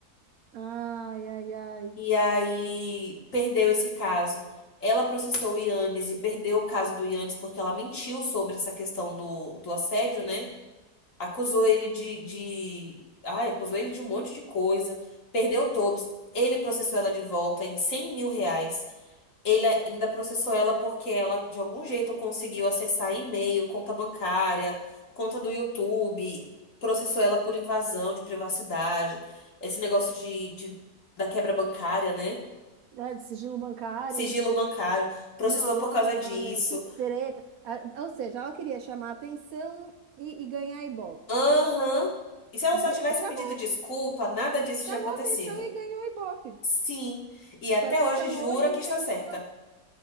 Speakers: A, on the right; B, on the left.
A: Ai, ai, ai.
B: E aí perdeu esse caso. Ela processou o Yannis e perdeu o caso do Yannis porque ela mentiu sobre essa questão do, do assédio, né? Acusou ele de, de. Ai, acusou ele de um monte de coisa. Perdeu todos. Ele processou ela de volta em cem mil reais. Ele ainda processou ela porque ela, de algum jeito, conseguiu acessar e-mail, conta bancária, conta do YouTube, processou ela por invasão de privacidade, esse negócio de, de- da quebra bancária, né?
A: É de sigilo bancário?
B: Sigilo bancário. Processou
A: Nossa,
B: por causa disso.
A: meu, que treta. Ah, Ou seja, ela queria chamar atenção e, e ganhar Ibope.
B: Aham. E se ela
A: Ga-
B: só tivesse
A: Chamou,
B: pedido desculpa, nada disso
A: chamou
B: tinha acontecido.
A: atenção e ganhou Ibope.
B: Sim. E até
A: Só que
B: hoje
A: chamou
B: jura
A: e
B: que
A: fez
B: está certa.
A: uma,